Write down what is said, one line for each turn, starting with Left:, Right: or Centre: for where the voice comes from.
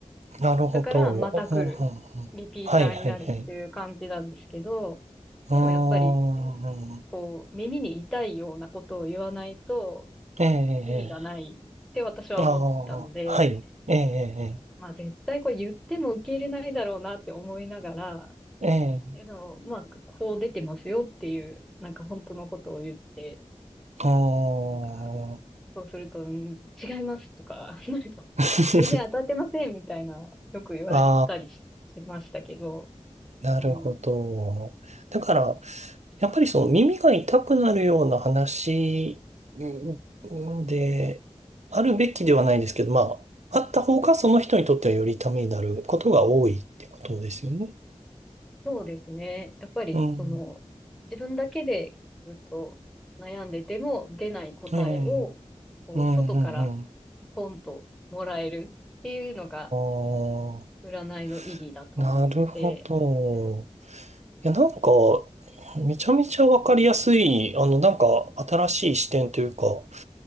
Right: なるほど。
Centre: だから、また来る。
Right: うん、うん、うんはい、
Centre: リピーターになるっていう感じなんですけど、
Right: はい、はい。うーん、
Centre: でもやっぱり、こう、耳に痛いようなことを言わないと
Right: ええ、え
Centre: 意味がないって私は思ってたので、
Right: え、ええああ、はい。ええ、え
Centre: まあ絶対これ言っても受け入れないだろうなって思いながら、
Right: え、ええええ
Centre: えでも、まあ、こう出てますよっていう、なんか本当のことを言って、
Right: あー
Centre: なんか、そうすると、ん違いますとか、<laughs> なんか、
Right: <laughs>
Centre: 全然当たってませんみたいな、よく言われたりし、
Right: あ
Centre: しましたけど、
Right: ー、なるほど。
Centre: うん。
Right: だから、やっぱりその耳が痛くなるような話うんうんで、あるべきではないですけど、まあ、あった方がその人にとってはよりためになることが多いってことですよね。
Centre: そうですね。やっぱり、
Right: うん。
Centre: その、自分だけでずっと悩んでても出ない答えを、
Right: ええ。
Centre: こう、
Right: うんうんうん。
Centre: 外からポンともらえるっていうのが、
Right: ああ、
Centre: 占いの意義だと思うので、
Right: なるほど。
Centre: うん、
Right: いや、なんか、めちゃめちゃわかりやすい、あの、なんか、新しい視点というか、